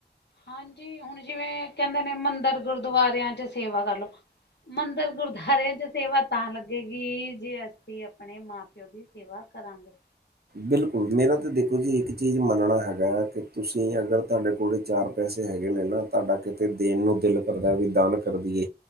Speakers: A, on the left (about 75°); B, on the right (about 65°).
A: ਹਾਂਜੀ ਹੁਣ ਜਿਵੇਂ ਕੈਂਦੇ ਨੇ ਮੰਦਰ ਗੁਰਦੁਆਰਿਆਂ ਚ ਸੇਵਾ ਕਰ ਲੋ ਮੰਦਰ ਗੁਰਦੁਆਰਿਆਂ ਚ ਸੇਵਾ ਤਾਂ ਲੱਗੇਗੀ। ਜੇ ਅਸੀਂ ਆਪਣੇ ਮਾਂ-ਪਿਓ ਦੀ ਦੀ ਸੇਵਾ ਕਰਾਂਗੇ।
B: ਬਿਲਕੁਲ ਮੇਰਾ ਤਾਂ ਦੇਖੋ ਜੀ ਏਕ ਚੀਜ਼ ਮੰਨਣਾ ਹੈਗਾ ਕਿ ਤੁਸੀਂ ਅਗਰ ਤੁਆਡੇ ਕੋਲੇ ਚਾਰ ਪੈਸੇ ਹੈਗੇ ਨੇ ਨਾ ਤਾਡਾ ਕਿਤੇ ਦੇਣ ਨੂੰ ਦਿਲ ਕਰਦਾ ਵੀ ਦਾਨ ਕਰਦੀਏ